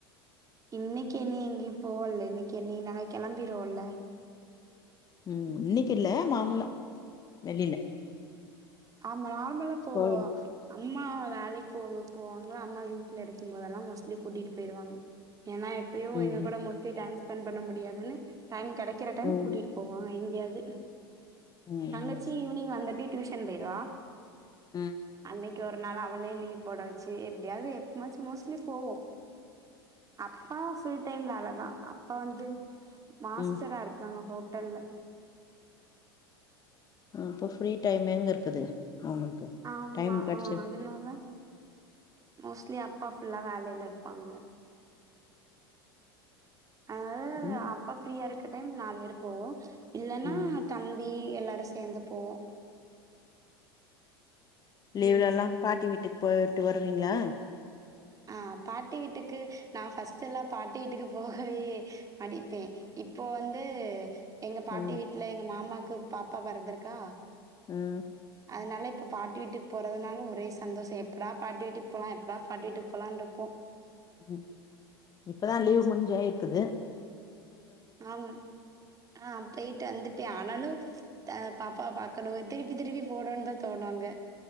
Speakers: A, on the right; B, on the left.
A: இன்னைக்கி என்ன எங்கேயு போவல்ல இன்னைக்கி என்ன நாங்க கெளம்பிடுவோம்ல
B: ம் இன்னைக்கு இல்ல நார்மலா வெளில
A: ஆமா நார்மலா போவோ
B: கோவில்
A: அம்மா வேலைக்கு போ போவாங்க அம்மா வீட்ல இருக்கும்போதெல்லா மோஸ்ட்லி கூட்டிட்டு போயிருவாங்க ஏன்னா எப்பயு
B: ம்
A: எங்க
B: ம்
A: கூட மோஸ்ட்லி டைம் ஸ்பெண்ட் பண்ண முடியாதுன்னு டைம் கெடைக்கிற டைம்
B: ம்
A: கூட்டிட் போவாங்க எங்கேயாது
B: ம்
A: தங்கச்சி ஈவினிங் வந்தட்டி டியூஷன் போயிடுவா
B: ம்
A: அன்னைக்கி ஒரு நாள் அவலையு லீவ் போட வேச்சி எப்டியாது எப்பமாச்சு மோஸ்ட்லி போவோ அப்பா ஃபுல் டைம் வேல தா அப்பா வந்து மாஸ்டரா
B: ம்
A: இருக்காங்க ஹோட்டல்ல
B: அப்ப ஃப்ரீ டைம் எங்க இருக்குது அவுங்களுக்கு
A: ஆமா
B: டைம் கெடைச்சு
A: ஆ அதனால மோஸ்ட்லி அப்பா ஃபுல்லா வேலையில இருப்பாங்க அதனால
B: ம்
A: அப்பா ஃப்ரீயா இருக்க டைம் நாலு பேர் போவோ இல்லன்னா
B: ம்
A: தம்பி எல்லோரு சேந்து போவோ
B: லீவ்ல
A: ம்.
B: எல்லா பாட்டி வீட்டுக்கு போயிட்டு வருவீங்ளா
A: ஆ பாட்டி வீட்டுக்கு நா ஃபர்ஸ்ட்லா பாட்டி வீட்டுக்கு போகவே நடிப்பே இப்போ வந்து எங்க பாட்டி
B: ம்
A: வீட்ல எங்க மாமாக்கு பாப்பா பெறந்திருக்கா
B: ம்
A: அதனால இப்போ பாட்டி வீட்டுக்கு போறதுனாலு ஒரே சந்தோஷோ எப்படா பாட்டி வீட்டுக்கு போலா எப்படா பாட்டு வீட்டுக்கு போலான்றிருப்போ
B: ம் இப்பதா லீவ் முடிஞ்சாயிக்கிது
A: ஆமாங் ஆ போயிட்டு வந்துட்டே ஆனாலு த பாப்பாவ பாக்கணு திருப்பி திருப்பி போனோன்னு தா தோணு அங்க